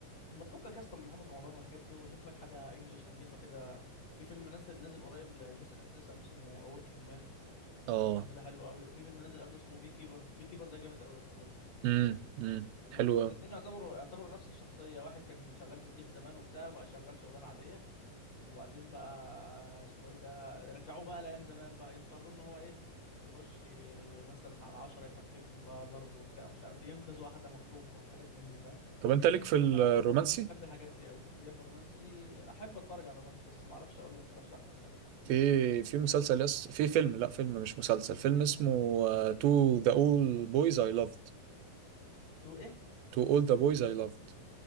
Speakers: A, on the left; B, on the right.
A: ما تفكك يا اسطى من محمد رمضان والحاجات دي وشوف لك حاجه انجليش نظيفه كده في فيلم نازل نازل قريب لجيسون ستاثام اسمه A Working Man
B: اه
A: الفيلم ده حلو قوي في فيلم نازل قبله اسمه بي كيبر بي كيبر ده جامد قوي يا اسطى برضه
B: امم امم
A: الات-
B: حلوة
A: الاتنين يعتبروا يعتبروا نفس الشخصية واحد كان شغال في الجيش زمان وبتاع وبقى شغال شغلانة عادية وبعدين بقى اسمه ايه ده رجعوه بقى لأيام زمان بقى يضطروا ان هو ايه يخش مثلا على عشرة يفرتكهم بقى ضرب وبتاع ومش عارف إيه، ينقذ واحدة مخطوفة حاجات من دي فاهم
B: طب انت ليك في الرومانسي
A: انا احب الحاجات دي قوي ليه في الرومانسي احب اتفرج على الرومانسي بس ما اعرفش اقول لك ارشح لك لا
B: في في مسلسل يس في فيلم لا فيلم مش مسلسل فيلم اسمه تو ذا اول بويز اي لافد
A: تو ايه
B: تو اول ذا بويز اي لافد